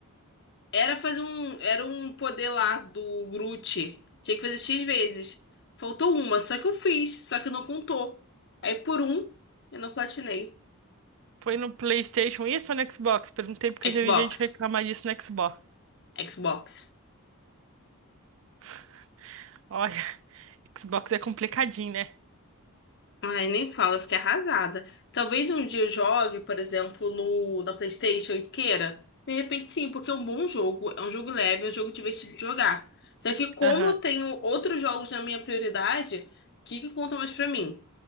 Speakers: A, on the left; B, on the right.
A: Era fazer um. Era um poder lá do Groot. Tinha que fazer X vezes. Faltou uma, só que eu fiz, só que não contou. Aí por um, eu não platinei.
B: Foi no PlayStation isso ou no Xbox? Perguntei porque
A: Xbox.
B: eu já vi gente reclamar disso no Xbox.
A: Xbox.
B: <laughs> Olha, Xbox é complicadinho, né?
A: Ai, nem fala, eu fiquei arrasada. Talvez um dia eu jogue, por exemplo, no, na PlayStation e queira. De repente, sim, porque é um bom jogo, é um jogo leve, é um jogo divertido de jogar. Só que, como
B: Aham,
A: eu tenho outros jogos na minha prioridade, o que que conta mais pra mim?